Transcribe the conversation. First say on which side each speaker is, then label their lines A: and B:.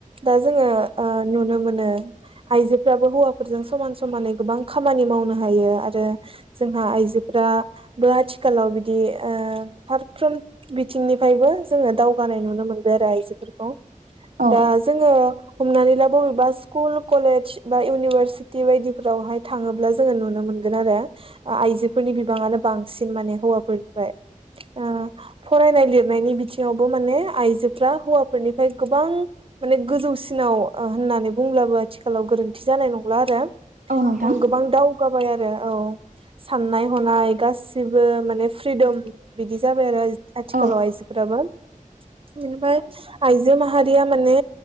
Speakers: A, on the right; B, on the right.
A: दा जोङो ओ नुनो मोनो आइजोफ्राबो हौवाफोरजों समान समानै गोबां खामानि मावनो हायो। आरो जोंहा आइजोफोर दा बे आथिखालाव बिदि ओ फारफ्रोम बिथिंनिफ्रायबो जोङो दावगानाय नुनो मोनबाय आरो आइजोफोरखौ।
B: औ
A: दा जोङो हमनानै ला बबेबा स्कुल कलेज बा इउनिभारसिटि बायदिफोरावहाय थाङोब्ला जोङो नुनो मोन गोन आरो आइजोफोरनि बिबांनो बांसिन माने हौवाफोरनिफ्राय। ओ फरायनाय लिरनायनि बिथिङावबो माने आइजोफ्रा हौवाफोरनिफ्राय गोबां माने गोजौसिना आव ओ होन्नानै बुंब्लाबो आथिखालाव गोरोन्थि जानाय नंला आरो
B: औ नोंथां
A: ओ गोबां दावगाब बाय आरो औ। साननाय हनाय गासिबो माने फ्रिदम बिदि जाबाय आरो। आजिद आथिखालाव
B: औ
A: आयजोफोराबो। एनफाय आइजो माहारिया माने